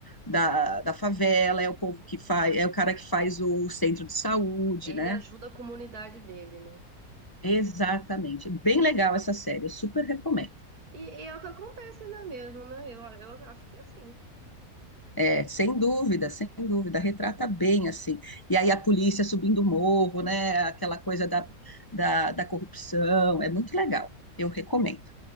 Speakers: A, on the left (about 20°); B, on the right (about 80°).
A: da, da favela, é o povo que faz, é o cara que faz o centro de saúde,
B: Ele
A: né?
B: ajuda a comunidade dele, né?
A: Exatamente. Bem legal essa série, eu super recomendo.
B: E, e é o que acontece, né, mesmo, né? Eu, eu acho que é assim.
A: É, sem dúvida, sem dúvida, retrata bem assim. E aí a polícia subindo o morro, né? Aquela coisa da, da, da corrupção, é muito legal. Eu recomendo.